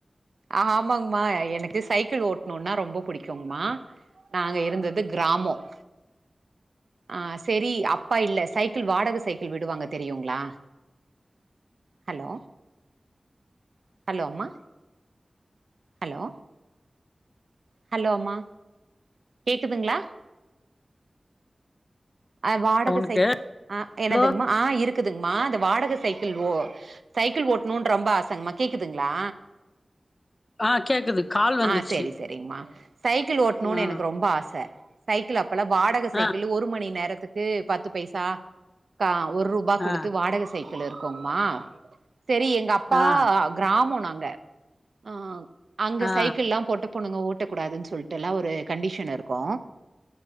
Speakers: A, on the right (about 80°); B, on the left (about 40°).
A: ஆ ஆமாங்கமா எனக்கு சைக்கிள் ஓட்டணுனா ரொம்ப பிடிக்கும்ங்கமா நாங்க இருந்தது கிராமம் அஹ் சரி அப்பா இல்ல சைக்கிள் வாடக சைக்கிள் விடுவாங்க தெரியுங்களா ஹலோ ஹலோ அம்மா ஹலோ ஹலோ அம்மா கேக்குதுங்களா அ வாடகை
B: உனக்கு
A: சைக் ஆ எனதுங்மா
B: ஹலோ
A: ஆஹ் இருக் இருக்குதுங்மா அது வாடக சைக்கிள் ஓ சைக்கிள் ஓட்ணுனு ரொம்ப ஆசங்கமா கேக்குதுங்களா
B: ஆ கேக்குது கால் வந்துடுச்சு
A: ஆஹ் சரி சரிங்கமா சைக்கிள் ஓட்டணுனு
B: ஆ
A: எனக்கு ரொம்ப ஆச சைக்கிள் அப் பலா வாடக சைக்கிளு
B: ஆ
A: ஒரு மணி நேர த்துக்கு பத்து பைசா கா ஒரு ரூபா கொடுத்து
B: ஆ
A: வாடக சை ள் இருக்குங்மா சரி எங்க அப்பா
B: ஆ
A: கிராமம் நாங் க ஆஹ் அங்க
B: ஆ
A: சைக்கில்லா போட்டு பொண்ணுங்க ஓட்டக்கூடாதுன் சொல்ட்டுல்லா ஒரு கண்டிஷன் இருக்கு